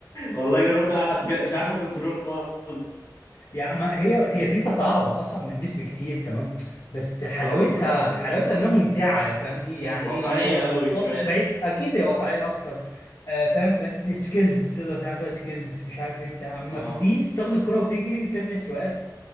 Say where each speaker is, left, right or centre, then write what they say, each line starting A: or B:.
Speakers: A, on the left (about 50°); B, on the left (about 70°).
A: والله جربت العب فيها مش عارفة كنترول خالص
B: يعني ما هي هي فيفا صعبة أصعب من بيس بكتير تمام بس حلاوتها
A: اه صعب جدا
B: حلاوتها إنها ممتعة فاهمني يعني
A: واقعية
B: إيه واق-
A: اوي
B: واق-
A: شوية
B: بعيد أكيد هي واقعية أكتر آه فاهم بس سكيلز تقدر تعمل فيها سكيلز مش عارف إيه بتاع أما
A: اه
B: في بيس تاخد الكرة وتجري وترمي سروقات